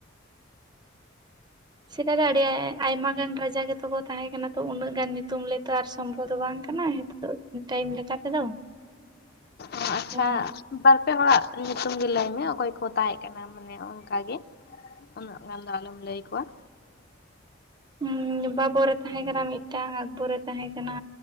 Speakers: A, on the right; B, on the left.
A: ᱥᱮᱫᱟᱭ ᱫᱚ ᱟᱹᱰᱤ ᱟᱭ ᱟᱭᱢᱟ ᱜᱟᱱ ᱨᱟᱡᱟ ᱜᱮᱛᱚ ᱠᱚ ᱛᱟᱦᱮᱸ ᱠᱟᱱᱟ ᱛᱚ ᱩᱱᱟᱹᱜ ᱜᱟᱱ ᱧᱩᱛᱩᱢ ᱞᱟᱹᱭᱛᱚ ᱟᱨ ᱥᱚᱢᱵᱷᱚᱵᱽ ᱫᱚ ᱵᱟᱝ ᱠᱟᱱᱟ ᱴᱟᱭᱤᱢ ᱞᱮᱠᱟ ᱛᱮᱫᱚ
B: ᱚ ᱟᱪᱪᱷᱟ
A: ᱦᱮᱸ ᱵᱟᱝ
B: ᱵᱟᱨᱯᱮ ᱦᱚᱲᱟᱜ ᱧᱩᱛᱩᱢ ᱜᱮ ᱞᱟᱹᱭ ᱢᱮ ᱚᱠᱚᱭ ᱠᱚ ᱛᱟᱦᱮᱸ ᱠᱟᱱᱟ ᱢᱟᱱᱮ ᱚᱱᱠᱟᱜᱮ ᱩᱱᱟᱹᱜ ᱜᱟᱱ ᱫᱚ ᱟᱞᱚᱢ ᱞᱟᱹᱭ ᱠᱚᱣᱟ
A: ᱦᱩ ᱵᱟᱵᱚᱨᱮ ᱛᱟᱦᱮᱸ ᱠᱟᱱᱟ ᱢᱤᱫᱴᱟᱝ ᱟᱠᱠᱵᱚᱨᱮ ᱛᱟᱦᱮᱸ ᱠᱟᱱᱟ